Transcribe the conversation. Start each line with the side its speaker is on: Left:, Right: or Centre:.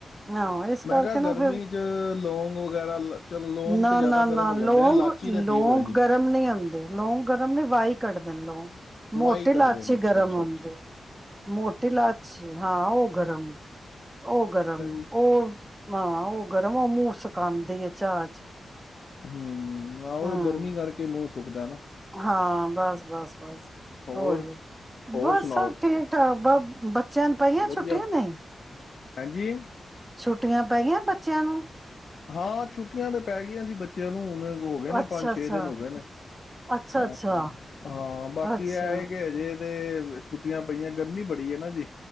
Right: ਹਾਂ ਇਸ ਕਰਕੇ
Left: ਮੈਂ ਕਿਹਾ
Right: ਨਾ
Left: ਗਰਮੀ
Right: ਫਿਰ
Left: ਚ ਲੌਗ ਵਗੈਰਾ ਲਾਚੀ ਚਲੋ ਲੌਂਗ
Right: ਨਾ
Left: ਤੇ ਜ਼ਿਆਦਾ
Right: ਨਾ ਨਾ
Left: ਗਰਮ ਹੋ
Right: ਲੌਗ,
Left: ਜਾਂਦੇ ਨੇ
Right: ਲੌਂਗ
Left: ਤਾਂ ਠੀਕ ਹੋ ਜਾਂਦੀ।
Right: ਗਰਮ ਨਹੀਂ ਹੁੰਦੇ। ਲੌਗ ਗਰਮ ਨੀ ਵਾਈ ਕੱਢਦੇ ਨੇ ਲੋੰਗ। ਮੋਟੀ
Left: ਵਾਈ ਕੱਢਦੇ
Right: ਲਾਚੀ
Left: ਨੇ ਅੱਛਾ
Right: ਗਰਮ
Left: ਅੱਛਾ
Right: ਹੁੰਦੀ
Left: ਅੱਛਾ
Right: ਏ, ਮੋਟੀ ਲਾਚੀ ਹਾਂ ਔ ਗਰਮ ਏ ਔ
Left: ਅੱਛਾ
Right: ਗਰਮ
Left: ਜੀ।
Right: ਏ ਔ ਹਾਂ ਔ ਗਰਮ ਔ ਮੂੰਹ ਸੁਕਾਂਦੀ ਏ। ਚਾਹ ਚ।
Left: ਹੂੰ, ਆਹੋ
Right: ਹੂੰ
Left: ਗਰਮੀ ਕਰਕੇ ਮੌਸਮ ਸੁਕਦਾ ਨਾ।
Right: ਹਾਂ, ਬਸ ਬਸ ਬਸ
Left: ਹੋਰ
Right: ਓਹੀਓ।
Left: ਹੋਰ
Right: ਬਸ,
Left: ਸੁਣਾਓ
Right: ਸਭ ਠੀਕ ਠਾਕ ਬੱਚੇ ਚਿਆਂ ਨ ਪਈਆਂ
Left: ਵਧੀਆ
Right: ਛੁੱਟੀਆਂ ਨਹੀਂ।
Left: ਹਾਂਜੀ।
Right: ਛੁੱਟੀਆਂ ਪੈ ਗਈਆ ਬੱਚਿਆਂ ਨੂੰ
Left: ਹਾਂ, ਛੁੱਟੀਆਂ ਤੇ ਪੈ ਗਈਆਂ ਸੀ ਬੱਚੇ ਚਿਆ ਨੂੰ ਹੁਣ ਹੋ ਗਏ ਨੇ
Right: ਅੱਛਾ
Left: ਪੰਜ ਛੇ
Right: ਅੱਛਾ
Left: ਦਿਨ ਹੋ ਗਏ ਨੇ।
Right: ਅੱਛਾ
Left: ਹਾਂ
Right: ਅੱਛਾ
Left: ਹਾਂ, ਬਾਕੀ
Right: ਅੱਛਾ
Left: ਐਹ ਏ ਕਿ ਹਜੇ ਇਹਦੇ ਛੁੱਟੀਆਂ ਪਈਆਂ ਗਰਮੀ ਬੜੀ ਏ ਨਾ ਜੀ।